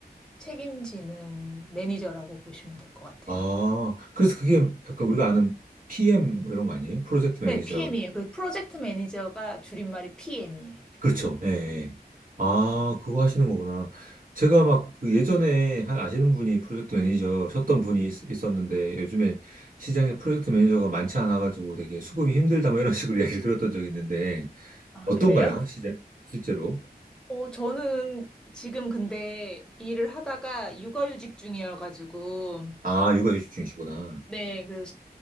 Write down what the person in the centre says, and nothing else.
책임지는 매니저라고 보시면 될 것 같아요.
네, PM이에요. 그 프로젝트 매니저가 줄임말이 PM이에요.
아,
그래요? <laughs>
어, 저는 지금 근데 일을 하다가 육아휴직 중이어가지고
네, 그래서